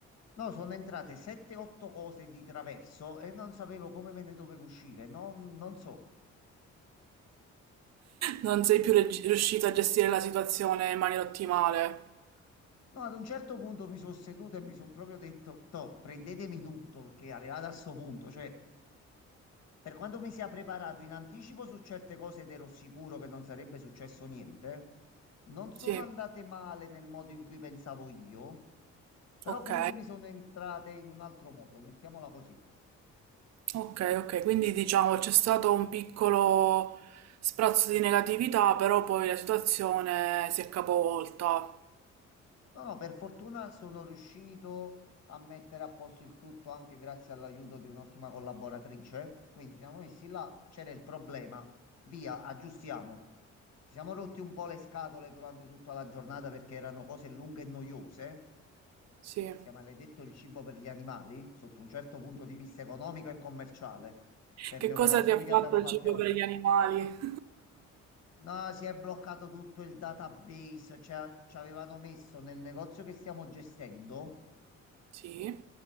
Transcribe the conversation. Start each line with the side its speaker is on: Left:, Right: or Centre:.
Left: No, sono entrate 7-8 cose di traverso e non sapevo come me ne dovevo uscire, non non so.
Right: Non sei più reg- riuscito a gestire la situazione in maniera ottimale?
Left: No, ad un certo punto mi sono seduto e mi sono proprio detto, toh, prendetemi tutto, perché è arrivato a sto punto, cioè, per quanto mi sia preparato in anticipo su certe cose ed ero sicuro che non sarebbe successo niente, non sono
Right: Sì.
Left: andate male nel modo in cui pensavo io, però
Right: Ok.
Left: comunque mi sono entrate in un altro modo, mettiamola così.
Right: Ok, ok. Quindi diciamo c'è stato un piccolo sprazzo di negatività, però poi la situazione si è capovolta.
Left: No, no, per fortuna sono riuscito a mettere a posto il tutto anche grazie all'aiuto di un'ottima collaboratrice. Quindi ci siamo messi là, c'era il problema, via, aggiustiamo. Ci siamo rotti un po' le scatole durante tutta la giornata perché erano cose lunghe e noiose.
Right: Sì.
Left: Si è maledetto il cibo per gli animali, sotto un certo punto di vista economico e commerciale, per
Right: Che
Left: le operazioni
Right: cosa ti ha fatto
Left: che abbiamo
Right: il
Left: fatte
Right: cibo
Left: oggi.
Right: per gli animali?
Left: No, si è bloccato tutto il database, cioè ci avevano messo nel negozio che stiamo gestendo.
Right: Sì.